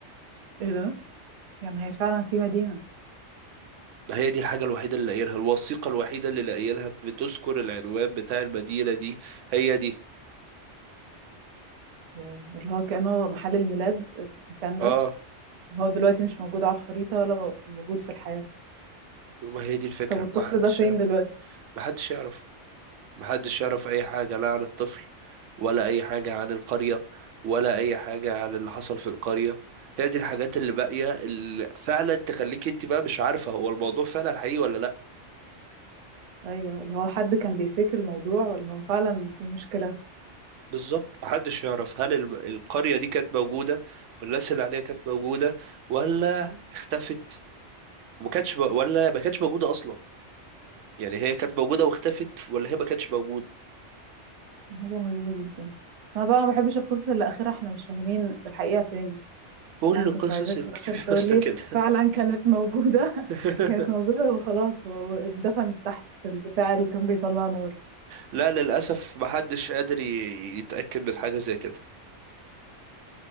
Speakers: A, on the right (about 50°); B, on the right (about 85°).
A: ايه ده يعني هي فعلا في مدينة
B: ما هي دي الحاجة الوحيدة اللي لاقيينها الوثيقة الوحيدة اللي لاقيينها بتذكر العنوان بتاع المدينة دي هي دي
A: واو. اللي هو كأنه محل الميلاد المكان
B: اه
A: ده اللي هو دلوقتي مش موجود على الخريطة ولا موجود في الحياة
B: ما هي دي الفكرة
A: طب الطفل
B: ما حدش
A: ده فين
B: يعرف
A: دلوقتي
B: ما حدش يعرف محدش يعرف أي حاجة لا عن الطفل ولا أي حاجة عن القرية ولا أي حاجة عن اللي حصل في القرية هي دي الحاجات اللي باقية اللي فعلا تخليك انت بقى مش عارفة هو الموضوع فعلا حقيقي ولا لا
A: ايوه اللي هو حد كان بيفيك الموضوع ولا هو فعلا في مشكلة
B: بالظبط محدش يعرف هل الم- القرية دي كانت موجودة والناس اللي عليها كانت موجودة ولا اختفت وما كانتش م- ولا ما كانتش موجودة أصلا يعني هي كانت موجودة واختفت ولا هي ما كانتش موجودة
A: دي حاجة مريبة جدا بس انا بقى ما بحبش القصص اللي اخرها احنا مش فاهمين الحقيقة فين
B: كل
A: يعني كنت
B: قصص
A: عايزاك
B: الكريبي
A: في الاخر تقول
B: باستا
A: لي
B: كده
A: فعلا كانت موجودة
B: <laughs>
A: <laughs> كانت موجودة وخلاص واتدفنت تحت في البتاع اللي كان بيطلع نار
B: لا للأسف محدش قادر ي- يتأكد من حاجة زي كده